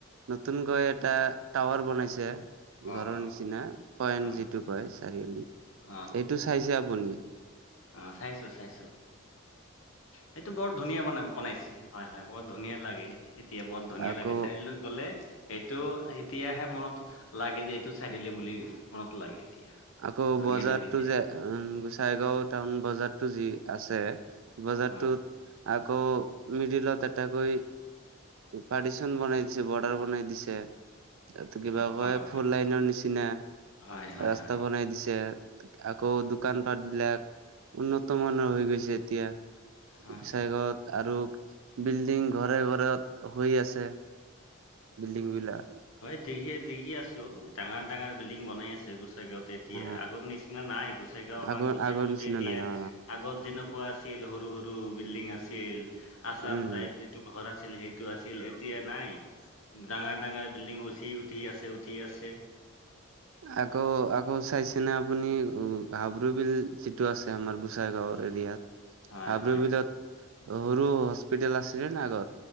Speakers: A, on the right (about 75°); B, on the left (about 75°).
A: নতুনকৈ এটা টাৱাৰ বনাইছে
B: অ
A: ঘৰৰ
B: অ
A: নিচিনা পয়ন
B: অ
A: যিটো কয় চাৰিআলি
B: অ
A: সেইটো চাইছে আপুনি
B: অ চাইছো চাইছো সেইটো বৰ ধুনীয়া বনাম বনাইছে হয় হয় বৰ ধুনীয়া লাগে এতিয়া বৰ ধুনীয়া
A: আকৌ
B: লাগে চাৰিআলিলৈ গলে সেইটো এতিয়াহে মনত লাগে যে এইটো চাৰিয়ালি বুলি মনত লাগে এতিয়া
A: আকৌ
B: ধুনীয়া
A: বজাৰতো
B: লাগিছে
A: যে গোচাইগাঁও টাউন বজাৰতটো যি আছে বজাৰটোত
B: অ
A: আকৌ দুই দিনত এটাকৈ পাৰ্টিচন বনাই দিছে, বৰ্ডাৰ বনাই দিছে। তাতে কিবা
B: অ
A: কয়
B: হয়
A: ফুল
B: হয়
A: লাইনৰ নিচিনা
B: হয় হয়
A: ৰাত
B: হয়
A: বনাই দিছে। আকৌ দোকান পাট বিলাক উন্নত মানৰ হৈ গৈছে এতিয়া
B: হয়
A: গোচাই গাঁৱত। আৰু বিল্ডিং ঘৰে ঘৰে হৈ আছে, বিল্ডিং বিলাক।
B: হয় ঠিকে ঠিকে আছো ডাঙৰ ডাঙৰ বিল্ডিং বনাই আছে, গোচাই গাঁৱত। তেতিয়া
A: অ
B: আগৰ নিচিনা নাই গোচাই গাওঁ, আমাৰ
A: আগৰ
B: গোচাইগাও
A: আগৰ নিচিনা
B: তেতিয়া
A: নাই অ
B: আগত যেনেক কোৱা আছিল সৰু সৰু বিল্ডিং আছিল, আছাম
A: উম
B: টাইপ টো ঘৰ আছিল সেইটো আছিল এতিয়া নাই। ডাঙৰ ডাঙৰ <unintelligible> উঠি উঠি আছে উঠি আছে।
A: আকৌ আকৌ চাইছে ন আপুনি হাবৰু বিল যিটো আছে আমাৰ গোচাই গাঁওৰ এতিয়া
B: হয়
A: হাবৰু
B: হয়
A: বিলত সৰু হস্পিটেল আছিল নে নাই আগত।